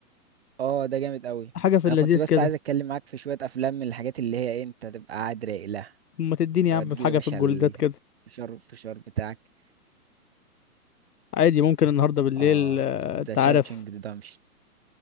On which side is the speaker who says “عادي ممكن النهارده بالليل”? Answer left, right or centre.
Left